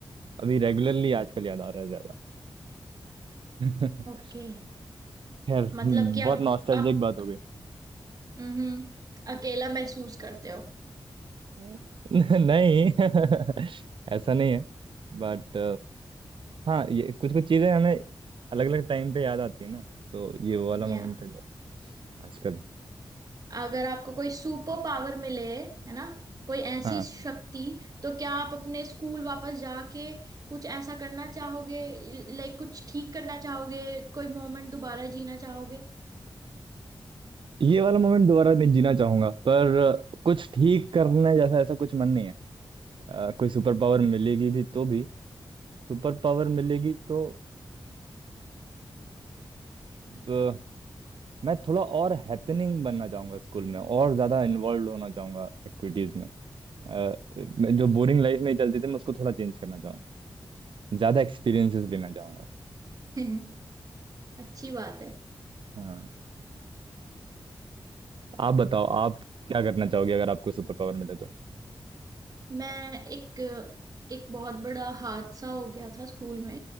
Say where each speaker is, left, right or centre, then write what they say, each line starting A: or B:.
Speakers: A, on the right (about 70°); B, on the right (about 45°).
A: अभी रेगुलरली आजकल याद आ रहा है ज्यादा <laughs>
B: ओके
A: खैर
B: मतलब
A: बहुत
B: कि आप
A: नॉस्टैल्जिक
B: आप
A: बात हो गई
B: हम्म अकेला महसूस करते हो
A: <laughs> नहीं <laughs> ऐसा नहीं है बट हाँ ये कुछ कुछ चीजें हमें अलग अलग टाइम पे याद आती है ना तो ये वो वाला मोमेंट
B: या
A: है जो आजकल
B: अगर आपको कोई सुपर
A: हाँ
B: पावर मिले है ना कोई ऐसी
A: हाँ।
B: शक्ति तो क्या आप अपने स्कूल वापस जाके कुछ ऐसा करना चाहोगे लाइक कुछ ठीक करना चाहोगे कोई मोमेंट दोबारा जीना चाहोगे
A: ये वाला मोमेंट दोबारा नहीं जीना चाहूंगा पर अ, कुछ ठीक करने जैसा ऐसा कुछ मन नहीं है अ, कोई सुपर पावर मिलेगी भी तो भी सुपर पावर मिलेगी तो अ, मैं थोड़ा और हैपनिंग बनना चाहूंगा स्कूल में और ज्यादा इन्वॉल्व होना चाहूंगा एक्टिविटीज में अ, मैं- जो बोरिंग लाइफ में चलती थी मैं उसको थोड़ा चेंज करना ज्यादा एक्सपीरियंसेस लेना चाहूंगा
B: <laughs> अच्छी बात है
A: <laughs> हाँ आप बताओ आप क्या करना चाहोगे अगर आपको सुपर पावर मिले तो
B: मैं एक एक बहुत बड़ा हादसा हो गया था स्कूल में